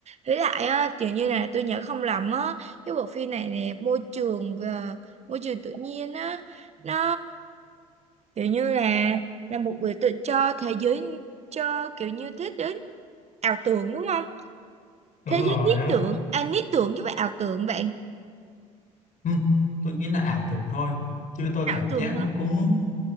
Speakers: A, on the right; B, on the left.
A: Với lại á, kiểu như là tôi nhớ không lầm á, cái bộ phim này nè, môi trường ờ, môi trường tự nhiên á, nó kiểu như là là một biểu tượng cho thế giới cho kiểu như thế giới ảo tưởng đúng không?
B: đúng
A: Thế
B: rồi
A: giới lý
B: á
A: tưởng, à lý tưởng chứ phải ảo tưởng bạn.
B: ừ, tôi nghĩ là ảo tưởng thôi chứ tôi
A: Ảo
B: cảm
A: tưởng
B: giác nó cũng